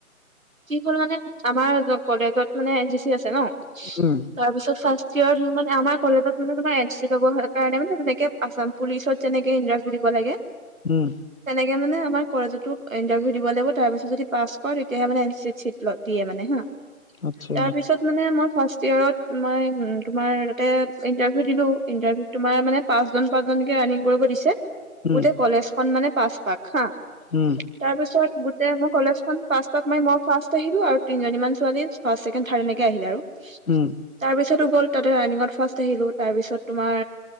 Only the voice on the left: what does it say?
উম
হম।
আচ্ছা
উম
উম
উম